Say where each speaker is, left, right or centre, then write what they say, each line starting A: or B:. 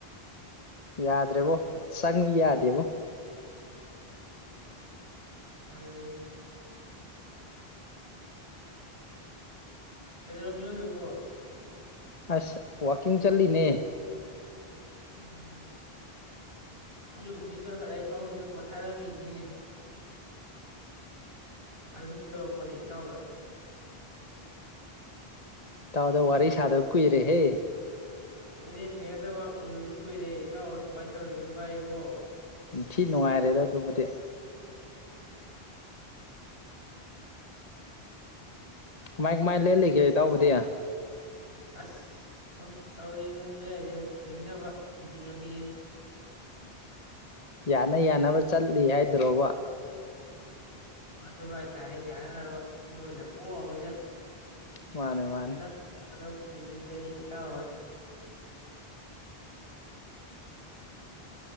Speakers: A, on the left (about 40°); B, on the left (about 70°).
A: ꯌꯥꯗ꯭ꯔꯦꯕꯣ ꯆꯪꯉꯨ ꯌꯥꯗꯦꯕꯣ
B: ꯑꯗꯨꯗ ꯀꯩꯗꯅ ꯃꯤꯕꯤ ꯊ ꯀꯣ
A: ꯑꯁ ꯋꯥꯀꯤꯡ ꯆꯠꯂꯤꯅꯦ
B: ꯎꯝ ꯑꯩ ꯍꯦꯟꯆ ꯍꯔ ꯐꯥꯎꯗꯨ ꯁꯨꯝ ꯄꯣꯊꯥꯔꯝꯃꯤꯅꯤ ꯑ ꯁꯨꯝ ꯇꯧꯛꯄꯅꯤ ꯇꯥꯎꯗꯣ
A: ꯏꯇꯥꯎꯗ ꯋꯥꯔꯤ ꯁꯥꯗꯕ ꯀꯨꯏꯔꯦꯍꯦ꯫
B: ꯀꯨꯏꯔꯦ ꯊꯦꯡꯅꯗꯕ ꯎꯗꯕꯁꯨ ꯀꯨꯏꯔꯦ ꯏꯇꯥꯎ ꯍꯣꯏ, ꯀꯃꯥꯏꯅ ꯇꯧꯔꯤꯒꯦ ꯅꯨꯡꯉꯥꯏꯔꯤꯕꯣ?
A: ꯎꯝ ꯊꯤ ꯅꯨꯡꯉꯥꯏꯔꯦꯗ ꯑꯗꯨꯕꯨꯗꯤ꯫
B: <unintelligible>
A: ꯀꯃꯥꯏ ꯀꯃꯥꯏ ꯂꯦꯜꯂꯤꯒꯦ ꯏꯇꯥꯎꯕꯨꯗꯤ?
B: ꯑꯁ ꯁꯨꯝ ꯇꯧꯔꯤ ꯑꯗꯨꯅ <unintelligible> ꯍꯤꯡꯅꯕ ꯄꯨꯟꯁꯤ ꯂꯝꯕꯤꯁꯦ꯫
A: ꯌꯥꯅ ꯌꯥꯅꯕ ꯆꯠꯂꯤ ꯍꯥꯏꯗ꯭ꯔꯣꯕ?
B: ꯑꯣ ꯑꯗꯨ ꯍꯥꯏꯇꯥꯔꯦ ꯌꯥꯅ-ꯌꯥꯅꯕ ꯃꯤ ꯑꯣꯏꯅ ꯄꯣꯛꯑꯃꯤꯅ꯫
A: ꯃꯥꯅꯦ ꯃꯥꯅꯦ
B: <unintelligible> ꯍꯤꯡꯉꯤ ꯑꯗꯨꯅꯤ ꯏꯇꯥꯎꯍꯣꯏ꯫